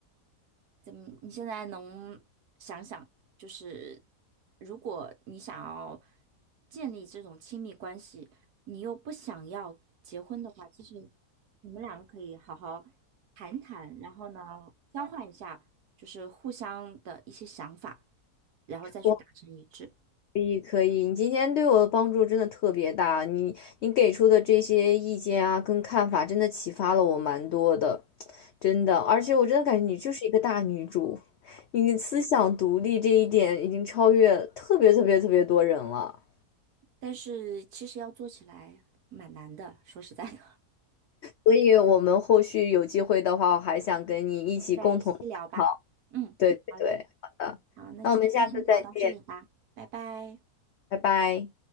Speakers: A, on the right (about 75°); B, on the left (about 80°).
A: 怎么？你现在能想想，就是如果你想要建立这种亲密关系，你又不想要结婚的话，其实你们两个可以好好谈谈，然后呢，交换一下，就是互相的一些想法，然后再去达成一致。
B: 我。可以可以，你今天对我的帮助真的特别大，你你给出的这些意见啊，跟看法真的启发了我蛮多的，真的，而且我真的感觉你就是一个大女主，你的思想独立这一点已经超越特别特别特别多人了，
A: 但是其实要做起来蛮难的，说实在的，
B: 所以我们后续有机会的话，我还想跟你一起共同探讨。
A: 我们再细聊吧。嗯，
B: 对对对，
A: 好嘞，
B: 好的，
A: 好，那今天先聊到这里吧，
B: 那我们下次再见，
A: 拜拜。
B: 拜拜。